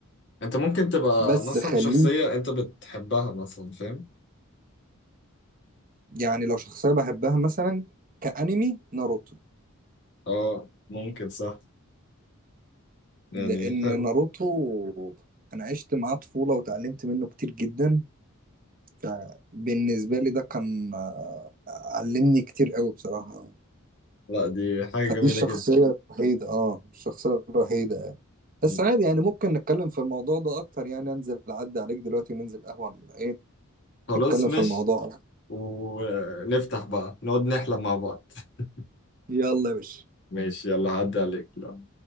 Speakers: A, on the left; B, on the right.
A: انت ممكن تبقى
B: بس
A: مثلا
B: خليك
A: شخصية انت بتحبها مثلا فاهم
B: يعني لو شخصية بحبها مثلا كأنمي ناروتو
A: اه ممكن صح يعني
B: لأن
A: حلو
B: ناروتو أنا عشت معاه طفولة وتعلمت منه كتير جدا فبالنسبة لي ده كان آه، علمني كتير قوي بصراحة
A: لا دي حاجة جميلة
B: فدي ال- الشخصية
A: جدا
B: الوحيدة اه الشخصية الوحيدة بس
A: مم.
B: عادي يعني ممكن نتكلم في الموضوع ده أكتر يعني أنزل أعدي عليك دلوقتي وننزل قهوة إيه
A: خلاص
B: نتكلم
A: ماشي
B: في الموضوع أكتر.
A: ونفتح بقى نقعد نحلم مع بعض <laughs>
B: يلا يا باشا
A: ماشي يلا عدى عليك لا.